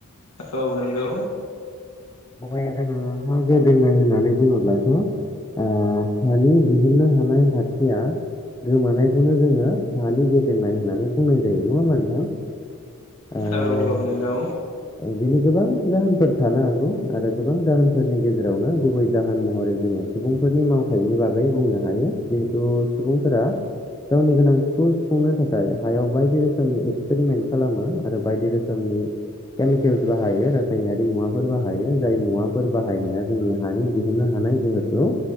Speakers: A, on the left; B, on the left.
A: औ नंगौ।
B: बेयावहाय जों हा गेब्रेंनाय होननानै बुङोब्लाथ' आ हानि दिहुननो हानाय हाथिया गोमानायखौनो जोङो हानि गेब्रेंनाय होननानै बुंनाय जायो नङा होनबा नोंथां? ओ
A: औ-औ नोंगौ।
B: बिनि गोबां जाहोनफोर थानो हागौ आरो गोबां जाहोनफोरनि गेजेरावनो गुबै जाहोन महरै जोङो सुबुं फोरनि मावथायनि बागै बुंनो हायो जिहेतु सुबुंफोरा गावनि गोनांथिखौ सुफुंनो थाखाय हायाव बायदि रोखोमनि एक्सपेरिमेन्ट खालामो। आरो बायदि रोखोमनि केमिकेल्स बाहायो रासायनारि मुवाफोर बाहायो जाय मुवाफोर बाहायनाया जोंनि हानि दिहुननो हा नाय गोहोखौ